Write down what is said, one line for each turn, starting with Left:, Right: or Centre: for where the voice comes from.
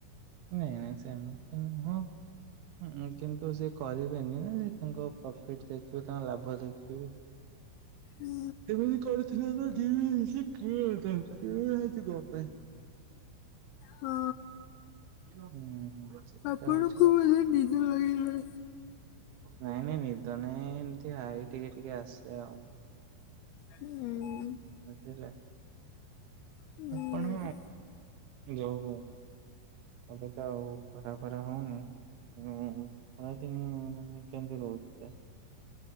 Right: ନାଇଁ ନାଇଁ ସେମ୍ତି ନୁହଁ। ହୁଁ କିନ୍ତୁ ସେ କରିବେନି ନା ସେ ତାଙ୍କ ପ୍ରଫିଟ୍ ଦେଖିବେ, ତାଙ୍କ ଲାଭ ଦେଖିବେ। ହ।
Left: ହୁଁ,
Right: ତେମିତି କରିଥିଲେ ତ ଜିମିନି ସିଏ କିଏ କଁ କରିବେ ଉଆ ହେଇଛି କଁ ପାଇଁ?
Left: ହଁ
Right: ହୁଁ ହୁଁ। ସେଟା
Left: ଆପଣଙ୍କୁ
Right: ହଉଛି କଥା
Left: ମଧ୍ୟ ନିଦ ଲାଗିଲା।
Right: ନାଇଁ ନାଇଁ ନିଦ ନାହିଁ ଏମିତି ହାଇ ଟିକେ ଟିକେ ଆସେ ଆଉ।
Left: ହୁଁ।
Right: ବୁଝିଲ,
Left: ହୁଁ
Right: ଆପଣ ଯୋଉ ଏବେ ତ ଆଉ ଖରା ଫରା ହୋଉନି। ହୁଁ ଖରା ଦିନେ ମାନେ କେମିତି ରୋହୁଥିବେ?